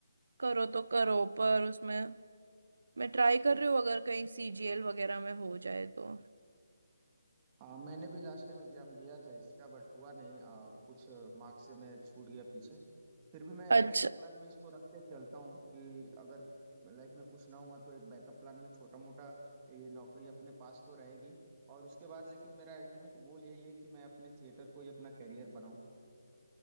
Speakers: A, on the right; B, on the right.
A: करो तो करो पर उसमें मैं ट्राई कर रही हूँ अगर कहीं सीजीएल वगैरह में हो जाए तो
B: आ, मैंने भी लास्ट टाइम एग्जाम दिया था इसका बट हुआ नहीं आ, कुछ मार्क्स से मैं छूट गया पीछे फिर भी मैं
A: अच्छा
B: बैकअप प्लान में इसको रख के चलता हूँ कि अगर लाइफ में कुछ ना हुआ तो एक बैकअप प्लान में छोटा मोटा ये नौकरी अपने पास तो रहेगी और उसके बाद लेकिन मेरा अल्टीमेट गोल यही है कि मैं अपने थिएटर को ही अपना करियर बनाऊँ